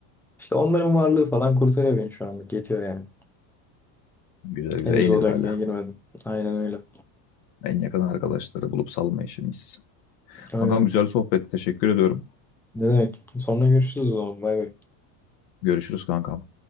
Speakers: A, in the centre; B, on the left.
A: İşte onların varlığı falan kurtarıyor beni şu anlık. Yetiyor yani.
B: Güzel güzel
A: Henüz
B: en
A: o
B: ideali.
A: döngüye girmedim. Aynen öyle.
B: En yakın arkadaşları bulup salma işimiz.
A: Öyle.
B: Kankam güzel sohbet. Teşekkür ediyorum.
A: Ne demek? Sonra görüşürüz o zaman. Bay bay.
B: Görüşürüz kankam.